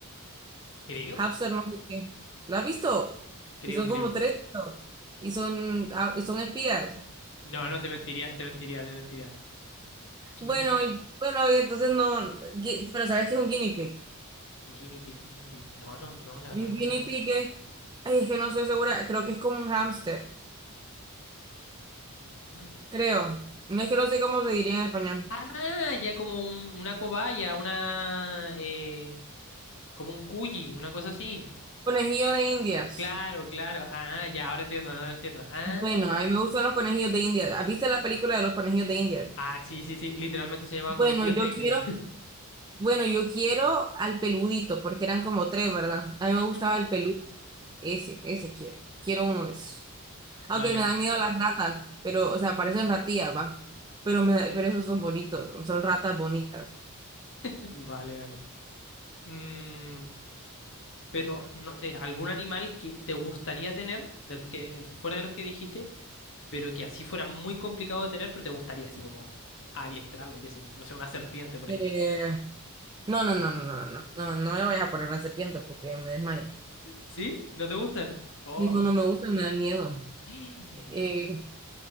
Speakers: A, on the left; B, on the right.
A: creo,
B: hamster, no sé qué. ¿La has visto?
A: creo,
B: Que son
A: creo.
B: como tres creo, y son, ah, y son espías.
A: No, no, te mentiría, te mentiría, te mentiría. Guinea
B: Bueno,
A: pigs,
B: y- bueno, y entonces no, gui- pero sabes que es un guinea pig.
A: guinea pig, guinea pig. No, no, no, la verdad
B: Un
A: no
B: guinea
A: me suena.
B: pig es, ay, es que no estoy segura, creo que es como un hamster,
A: Mm.
B: creo. No es que no sé cómo se diría en español.
A: Ah, ya como un- una cobaya, una, eh, como un cuyi, una cosa así.
B: Conejillo de Indias.
A: Claro, claro. Ah, ya, ahora entiendo, ahora entiendo. Ah,
B: Bueno, a mí me gustan los conejillos de India. ¿Has visto la película de los conejillos de India?
A: ah, sí, sí, sí. Literalmente se llama
B: Bueno,
A: conejillo
B: yo
A: de India.
B: quiero,
A: <laughs>
B: bueno, yo quiero al peludito, porque eran como tres, ¿verdad? A mí
A: Ujú.
B: me gustaba el peludo, ese, ese quiero. Quiero uno de esos. Aunque
A: Vale,
B: me
A: vale,
B: dan miedo las ratas, pero, o sea, parecen ratillas, va. Pero me, da- pero esos son bonitos, son ratas bonitas.
A: <laughs> vale, vale. Mm, pero, no sé, ¿algún animal que te gustaría tener, de los que, fuera de los que dijiste, pero que así fuera muy complicado de tener, pero te gustaría así como adiestrarlo, qué sé yo? No sé, una serpiente, por
B: Eh,
A: ejemplo.
B: no, no, no, no, no, no, no, no no me vayas a poner una serpiente porque me desmayo.
A: ¿Sí? ¿No te gustan? Oh.
B: No, no me gustan, me dan miedo.
A: <gasps>
B: Eh,